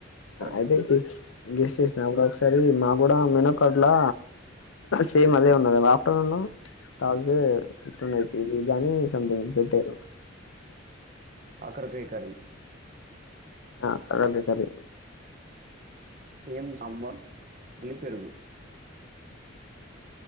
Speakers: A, on the right; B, on the left.
A: correct
B: అదే కీచ్ గెస్ట్ చేసిన అప్పుడు ఒకసారి మా కూడా మెనో కార్ట్లా సేమ్ అదే ఉన్నది ఆఫ్టర్నూన్ తవ్ సేడ్ ఇట్లున్నది దాని సంథింగ్ పెట్టారు
A: కాకరకాయ కర్రీ
B: ఆ కాకరకాయ కర్రీ
A: సేమ్ సాంబార్ మళ్లి పెరుగు